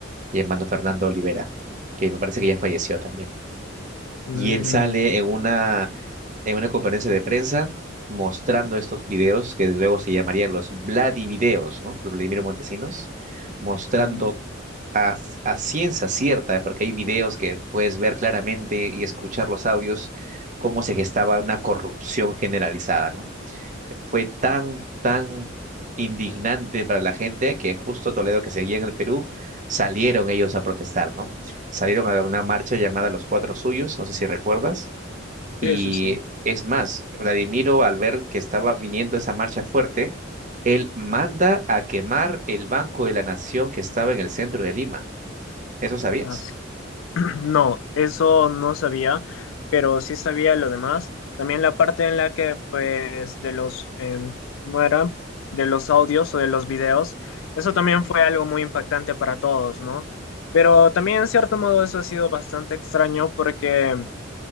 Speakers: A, on the right; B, on the left.
A: llamado Fernando Olivera, que me parece que ya falleció también
B: Mm,
A: y él sale en una, en una conferencia de prensa mostrando estos videos que luego se llamarían los Vladivideos, ¿no? Por Vladimiro Montesinos, mostrando
B: mm,
A: a, a ciencia cierta, porque hay videos que puedes ver claramente y escuchar los audios, cómo se gestaba una corrupción generalizada, ¿no? Fue tan, tan indignante para la gente que justo Toledo que seguía en el Perú, salieron ellos a protestar, ¿no? Salieron a una marcha llamada Los Cuatro Suyos, no sé si recuerdas y
B: sí, sí, sí.
A: es más, Vladimiro, al ver que estaba viniendo esa marcha fuerte, él manda a quemar el Banco de la Nación que estaba en el centro de Lima. ¿Eso sabías?
B: Las- <clears throat> No, eso no sabía, pero sí sabía lo demás. También la parte en la que, pues, de los, em, ¿cómo era? De los audios o de los videos, eso también fue algo muy impactante para todos, ¿no? Pero también, en cierto modo, eso ha sido bastante extraño porque,